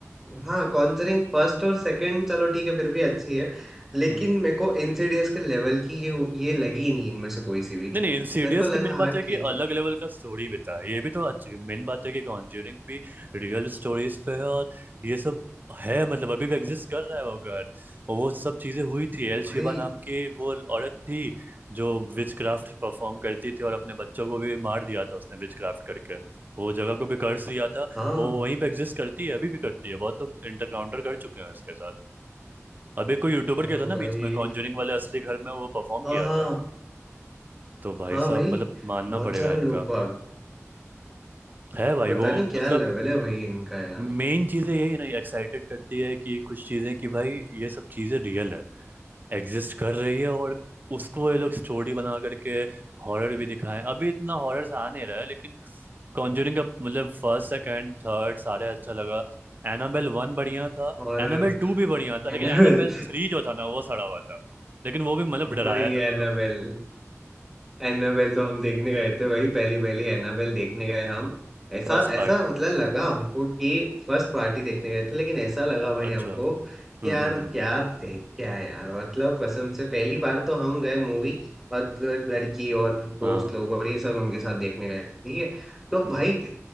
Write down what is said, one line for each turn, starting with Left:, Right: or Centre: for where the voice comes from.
Centre: हाँ कॉन्जरिंग फर्स्ट और सेकंड चलो ठीक है फिर भी अच्छी है लेकिन
Right: हम्म।
Centre: मेरे को इंसीडियस के लेवल की ये ये लगी ही नहीं इनमें से कोई सी भी
Right: नहीं नहीं इंसीडियस
Centre: मेरे को
Right: का
Centre: लगा
Right: मेन बात
Centre: हाँ
Right: है कि
Centre: ठीक
Right: अलग
Centre: है
Right: लेवल का स्टोरी बिता है ये भी तो अच्छी मेन बात है कि कॉन्ज्यूरिंग भी रियल स्टोरीज पे है और ये सब है मतलब अभी भी एग्जिस्ट कर रहा है वो घर और वो सब चीजें हुई थी एल
Centre: भाई
Right: शिबा नाम की वो औरत थी जो विच क्राफ्ट परफॉर्म करती थी और अपने बच्चों को भी मार दिया था उसने विच क्राफ्ट करके वो जगह को भी कर्स दिया था
Centre: हाँ
Right: वो वहीं पे एग्जिस्ट करती है अभी भी करती है बहुत लोग इंटरकाउंटर कर चुके हैं उसके साथ अभी कोई यूट्यूबर किया
Centre: अरे
Right: था ना
Centre: भाई
Right: बीच में कॉन्ज्यूरिंग वाले असली घर में वो परफॉर्म
Centre: हाँ
Right: किया
Centre: हाँ
Right: था, तो भाई
Centre: हाँ
Right: साहब
Centre: भाई
Right: मतलब मानना
Centre: बहुत
Right: पड़ेगा
Centre: सारे
Right: इनका
Centre: लोग बाग
Right: है भाई
Centre: पता
Right: वो
Centre: नहीं क्या
Right: मतलब
Centre: लेवल है भाई इनका यार
Right: मेन चीज़ें यही है ना एक्साइटेड करती है कि कुछ चीज़ें कि भाई ये सब चीज़ें रियल है एग्जिस्ट कर रही है और उसको ये लोग स्टोरी बना करके हॉरर भी दिखाएं अभी इतना हॉरर आ नहीं रहा है लेकिन कॉन्जरिंग का मतलब फर्स्ट सेकंड थर्ड सारे अच्छा लगा एनाबेल वन बढ़िया था
Centre: हॉरर
Right: एनाबेल टू भी बढ़िया था लेकिन
Centre: एनाबेल
Right: एनाबेल थ्री जो था ना वो सड़ा हुआ था लेकिन वो भी मतलब डराया
Centre: भाई
Right: था थोड़ा
Centre: एनाबेल एनाबेल तो हम देखने गए थे भाई पहली पहली एनाबेल देखने गए हम ऐसा
Right: फर्स्ट
Centre: ऐसा
Right: पार्ट
Centre: मतलब लगा हमको कि फर्स्ट पार्टी देखने गए थे लेकिन ऐसा लगा भाई
Right: अच्छा
Centre: हमको कि
Right: हम्म
Centre: यार
Right: हम्म हम्म
Centre: क्या देख क्या है यार मतलब कसम से पहली बार तो हम गए मूवी और लड़की और दोस्त
Right: हाँ
Centre: लोग और ये सब उनके साथ देखने गए थे ठीक है तो
Right: हम्म
Centre: भाई
Right: हम्म।